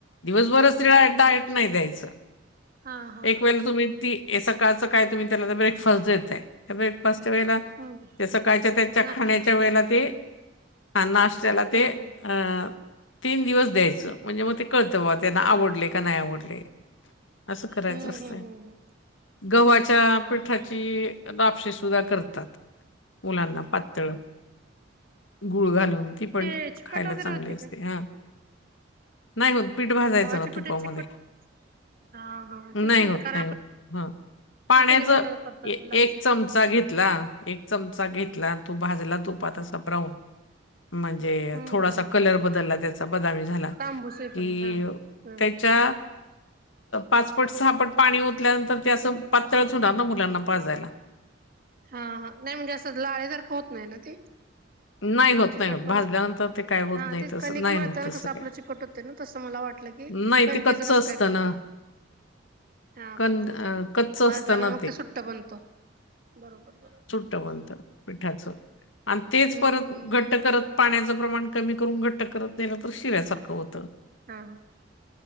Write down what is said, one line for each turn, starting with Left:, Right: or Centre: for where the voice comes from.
Left: दिवसभरच
Right: बरोबर
Left: तिला
Right: बरोबर
Left: डायट
Right: आलं लक्षात
Left: नाही द्यायचं,,
Right: हा हा
Left: एक
Right: हा
Left: वेळेला
Right: आलं
Left: तुम्ही
Right: लक्षात
Left: ती. हे सकाळचं काय तुम्ही त्याला तर ब्रेकफास्ट देताय, त्या ब्रेकफास्टच्या वेळेला
Right: हम्म
Left: त्या सकाळच्या त्याच्या
Right: नाश्त्याला
Left: खाण्याच्या वेळेला ते, ह नाश्त्याला ते
Right: हम्म हम्म
Left: अंऽ तीन दिवस द्यायचं,, म्हणजे मग ते कळतं बाबा त्यांना
Right: हा
Left: आवडले, का नाही आवडले,, असं करायचं
Right: हम्म
Left: असतंय,,
Right: हम्म हम्म
Left: गव्हाच्या
Right: हा
Left: पिठाचीऽऽ
Right: हा
Left: आपपसेे सुद्धा करतात. मुलांना पातळ गुळ घालून ती. पण
Right: ते चिकट
Left: खायला
Right: वगैरे
Left: चांगले
Right: होती
Left: असते
Right: काय
Left: हा नाही मग पीठ भाजायचं
Right: गव्हाच्या
Left: ना
Right: पिठाची
Left: तुपामध्ये.
Right: चिकट हा हा
Left: नाही
Right: तेच म्हटलं
Left: हो नाहीय
Right: कारण आपण
Left: हा पाण्याच
Right: कणी मदत करतात ती लापशी
Left: एक
Right: म्हणून
Left: चमचा घेतला. एक चमचा घेतला तो भाजला तुपातसा ब्राऊन म्हणजे
Right: हम्म
Left: थोडासा
Right: हम्म
Left: कलर बदलला त्याचा बदामी झाला
Right: तांबूस येईपर्यंत
Left: कि
Right: हा हम्म
Left: त्याच्या पाच पट सहा पट पाणी ओतल्यानंतर ते असं पातळच होणार ना मुलांना पाजायला ऽ
Right: हा,, नाही म्हणजे असं लाळे सारख होत नाही ना तेऽ.
Left: नाही होत
Right: चिकटपणा,,
Left: नाही होत भाजल्यानंतर ते काय होत
Right: हा
Left: नाही
Right: तेच
Left: तसं
Right: कनिक
Left: नाही
Right: मळत
Left: होत
Right: ना
Left: तसं
Right: कसं आपलं
Left: काय
Right: चिकट होतं ना तसं मला वाटतऽ. म्हटल की,
Left: नाही
Right: कणकेच
Left: ते कच्च
Right: कस
Left: असतं
Right: काय करताय?
Left: ना
Right: हा,
Left: कन
Right: बरोबर,
Left: कच्च असतं
Right: भाजल्यामुळे
Left: ना
Right: मग ते सुट्ट बनतो, बरोबर बरोबरऽ
Left: वंत पिठाच, आणि तेच
Right: हम्म
Left: परत घट्ट करतऽ. पाण्याचं प्रमाण कमी करून घट्ट करत नाहीलं तर शिळ्यासारखं होतंऽ.
Right: हा, ह,